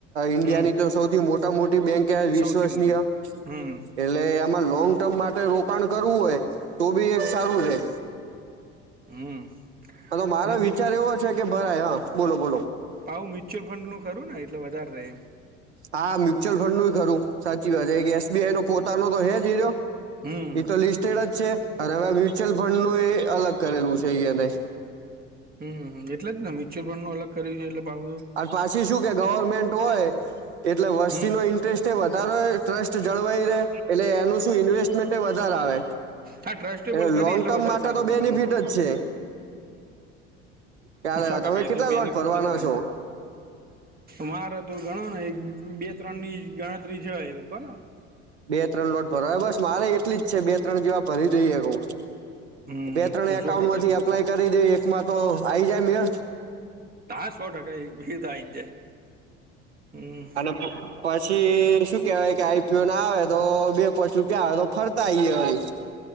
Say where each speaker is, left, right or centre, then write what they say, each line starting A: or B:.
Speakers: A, on the right (about 85°); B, on the right (about 30°).
A: ઇન્ડિયા
B: હમ
A: ની તો સૌથી મોટા મોટી બેંક ક્યા વિરસો
B: સૌથી
A: રશનીયા
B: મોટી હમ
A: એટલે આમાં લોંગ ટર્મ માટે રોકાણ કરવું હોય તો બી એક સારું રહે.
B: હમ.
A: હ તો મારો
B: અને
A: વિચાર એવો છે કે ભરાય હા બોલો બોલો
B: પાવુ મ્યુચ્યુઅલ ફંડ નું ખરું ને એટલે વધારે ર એ
A: હા મ્યુચ્યુઅલ ફંડ નું ખરું સાચી વાત છે કે એસબીઆઈ નો પોતાનો તો હ જીયો
B: હમ
A: એ તો લિસ્ટેડ જ છે. અરે હવે મ્યુચ્યુઅલફંડનું એ અલગ કરેલું છે એ એને
B: હમ એટલે જને મ્યુચ્યઅલ ફંડ નું અલગ કરી લે એટલે બાહુ.
A: આ પાછી શું કે ગવર્મેન્ટ હોય એટલે વસ્તી
B: હમ
A: નો ઇન્ટરેસ્ટ તે વધારે ટ્રસ્ટ જળવાઈ રહે એટલે એનું શું ઇન્વેસ્ટમેન્ટ એ વધાર આવે એટલે
B: હા ટ્રસ્ટેબલ કરી
A: લોંગ
B: એટલે
A: ટર્મ
B: વધારે
A: માટે
B: સારું
A: તો
B: રે
A: બેનિફિટજ
B: હમ
A: છે. કાલે
B: હમ સો
A: લા તમે
B: ટકા
A: કેટલા
B: એ તો બેનિફિટ
A: લોટ ફરવાના
B: તો થવાનું
A: છો.
B: મારે તો ગણો ને એક બે ત્રણની ગણતરી છે એમ કોન અ
A: બે ત્રણ લોટ ભરવા બસ મારે એટલીજ છે બે ત્રણ જેવા ભરી દઈએ કઉ
B: હમ
A: બે ત્રણ એકાઉન્ટ
B: સો
A: માંથી
B: ટકા સો
A: એપ્લાય કરી દેવી એકમાં તો આઈ જાય ને
B: તાહ સો ટકા એક બી તો આયી જાય. હમ
A: આના હું. પછી શું કેવાય કે આઈ. પી. ઓ ના આવે તો બે પોચ રૂપિયા આવે તો ફરતા આયે વરી